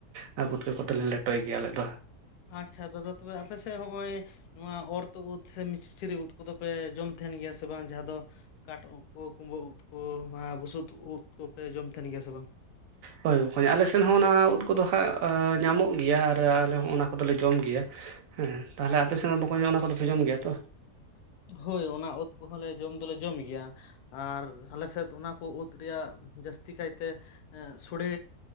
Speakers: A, on the right (about 65°); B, on the left (about 80°).
A: ᱦᱟᱸᱜ ᱯᱩᱴᱠᱟᱹ ᱠᱚᱫᱚᱞᱮ ᱞᱮᱴᱚᱭ ᱜᱮᱭᱟ ᱟᱞᱮ ᱫᱚ
B: ᱟᱪᱪᱷᱟ ᱫᱟᱫᱟ ᱛᱚᱵᱮ ᱟᱯᱮᱥᱮᱫ ᱦᱚᱸᱜᱼᱚᱭ ᱱᱚᱣᱟ ᱚᱨᱛᱚᱫ ᱩᱫ ᱥᱮ ᱢᱤᱥᱨᱤ ᱩᱫ ᱠᱚᱫᱚ ᱯᱮ ᱡᱚᱢ ᱛᱟᱦᱮᱱ ᱜᱮᱭᱟ ᱥᱮ ᱵᱟᱝ ᱡᱟᱦᱟᱸ ᱫᱚ ᱠᱟᱴ ᱩᱫ ᱠᱚ ᱠᱩᱢᱵᱟᱹ ᱩᱫ ᱠᱚ ᱟᱨ ᱵᱩᱥᱩᱫ ᱩᱫ ᱠᱚᱯᱮ ᱡᱚᱢ ᱛᱟᱦᱮᱱ ᱜᱮᱭᱟ ᱥᱮ ᱵᱟᱝ
A: ᱦᱳᱭ ᱵᱚᱜᱚᱧ ᱟᱞᱮ ᱥᱮᱫ ᱦᱚᱸ ᱚᱱᱟ ᱩᱫ ᱠᱚᱫᱚ ᱦᱟᱸᱜ ᱧᱟᱢᱚᱜ ᱜᱮᱭᱟ ᱟᱨ ᱟᱞᱮ ᱦᱚᱸ ᱚᱱᱟ ᱠᱚᱫᱚᱞᱮ ᱡᱚᱢ ᱜᱮᱭᱟ ᱦᱮᱸ ᱛᱟᱦᱚᱞᱮ ᱟᱯᱮ ᱥᱮᱱ ᱦᱚᱸ ᱵᱟᱠᱚ ᱧᱚᱜᱼᱟ ᱚᱱᱟ ᱠᱚᱫᱚᱯᱮ ᱡᱚᱢ ᱜᱮᱭᱟ ᱛᱚ
B: ᱦᱳᱭ ᱚᱱᱟ ᱚᱫ ᱠᱚᱦᱚᱸ ᱞᱮ ᱡᱚᱢ ᱫᱚᱞᱮ ᱡᱚᱢ ᱜᱮᱭᱟ ᱟᱨ ᱟᱞᱮ ᱥᱮᱫ ᱚᱱᱟ ᱠᱚ ᱩᱫ ᱨᱮᱭᱟᱜ ᱡᱟᱹᱥᱛᱤ ᱠᱟᱭᱛᱮ ᱥᱚᱲᱮ᱾